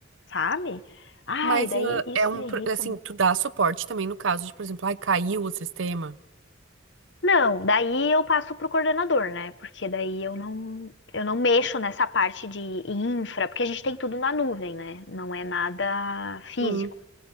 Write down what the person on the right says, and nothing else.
Mas
ah,
é um,
pro-
assim, tu dá suporte também no caso de, por exemplo, ai, caiu o sistema.
Hum.